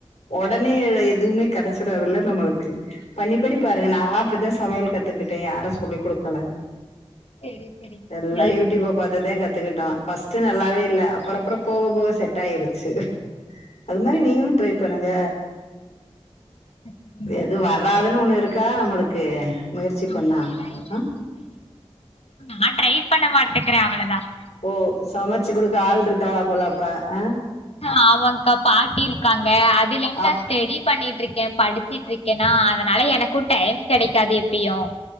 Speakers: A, on the left; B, on the left.
A: உடனே எதுவுமே கிடைச்சிறாதுல நம்மளுக்கு பண்ணி பண்ணி பாருங்க நான அப்படித்தான் சமையல் கத்துக்கிட்டேன் யாரும் சொல்லிக் கொடுக்கல
B: செரி செரிங்க
A: எல்லாம்
B: ட்ரை
A: யூடியூப்
B: பண்ற
A: பார்த்துதான் கத்துக்கிட்டா ஃப்பஸ்ட் நல்லாவே இல்ல அப்புற அப்புறம் போக போக செட் ஆயிருச்சு அது மாரி
B: ம்
A: நீங்களும் ட்ரை
B: செரிங்க்கா
A: பண்ணுங்க
B: கத்துக்குறே கத்துக்குறேங்க்கா
A: எது வராதுன்னு ஒண்ணு இருக்கா நம்மளுக்கு முயற்சி
B: அப்டி
A: பண்ணா
B: இல்லகா
A: ஆ
B: நான் ட்ரை பண்ண மாட்டேக்கிறேன் அவ்வளதான்
A: ஓ சமைச்சு குடுக்க ஆள் இருக்கா போல அப்ப ஆ
B: ஆ அமாக்கா பாட்டி இருக்காங்க அதுலேது
A: அப்
B: தெடி பண்ணிட்டு இருக்கேன் படிச்சிட்டு இருக்கேன்னா அதனால எனக்கும் டைம் கிடைக்காது எப்பயும்